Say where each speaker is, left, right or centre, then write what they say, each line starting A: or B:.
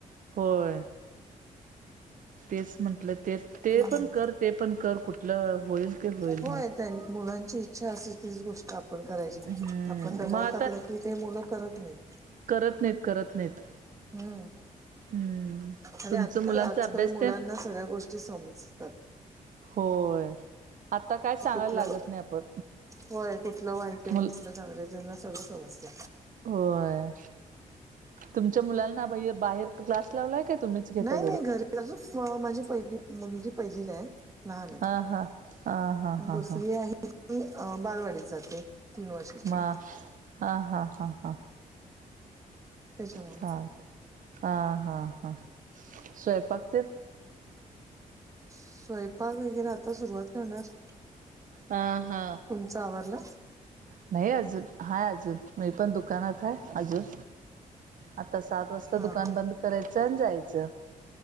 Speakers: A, on the right (about 70°); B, on the right (about 20°).
A: होय. तेच म्हंटलं ते ते
B: हम्म
A: पण कर ते पण कर कुठलं होईल. ते होईल
B: होय
A: म्हण
B: त्यां मुलांची इच्छा असेल तीच गोष्ट आपण करायची.
A: हम्म
B: आपण दबाव
A: मग आता
B: टाकला कि, ते मुलं करत नाहीत.
A: करत नाहीत, करत नाहीत.
B: हा.
A: हम्म.
B: आणि
A: तुमचं
B: आता
A: मुलांचा
B: आजकाल
A: अभ्यास
B: मुलांना
A: ते
B: सगळ्या गोष्टी समजतात.
A: होय. आता काय सांगायला
B: कुठलं
A: लागत नाही आपण
B: होय कुठलं वाईट आहे
A: मुल
B: कुठलं चांगलं आहे त्यांना सगळं समजत.
A: होय, तुमच्या मुलांना बाहेर क्लास लावलाय? काय तुम्हीच घेता
B: नाही नाही घरी अजून माझी पहिली मुलगी पहिलीला आहे. लहान आहे,
A: हा हा हा हा हा
B: दुसरी
A: हा
B: आहे ती बालवाडीत जाते. तीन वर्षाची
A: मग हा हा हा हा.
B: त्याच्यामुळे
A: चालतंय हह हा हा, स्वयंपाकतेण?
B: स्वयंपाक वगैरे आता सुरुवात करणार.
A: हा हा.
B: तुमचं आवरलं?
A: नाही अजून, हाय अजून मी पण दुकानात आहे अजून आता सात. वाजता
B: हा
A: दुकान
B: हा.
A: बंद करायचं आणि जायचं